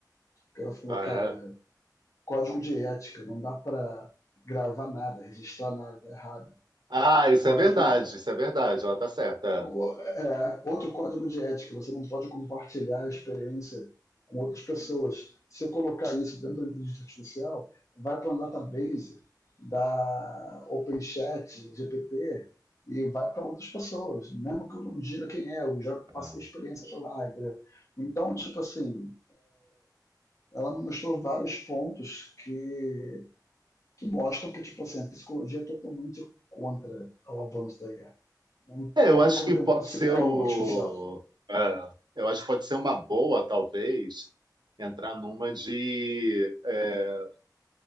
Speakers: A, on the left (about 45°); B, on the right (about 75°).
A: ela falou,
B: Ah,
A: cara,
B: é?
A: código de ética, não dá para gravar nada, registrar nada, tá errado.
B: Ah, isso
A: Código
B: é verdade, isso é verdade, ela tá certa.
A: O- é, outro código de ética, você não pode compartilhar a experiência com outras pessoas. Se eu colocar isso dentro da inteligência artificial, vai para um database da OpenChat, GPT, e vai para outras pessoas. Mesmo que eu não diga quem é, eu já passei
B: É,
A: a experiência para lá, entendeu? Então, tipo assim, ela me mostrou vários pontos que, que mostram que, tipo assim, a psicologia é totalmente contra o avanço da IA. Não,
B: é. É,
A: não
B: eu acho
A: tem como
B: que
A: ter
B: pode
A: um psicólogo
B: ser o.
A: artificial.
B: é, Eu acho que pode ser uma boa, talvez, entrar numa de, é,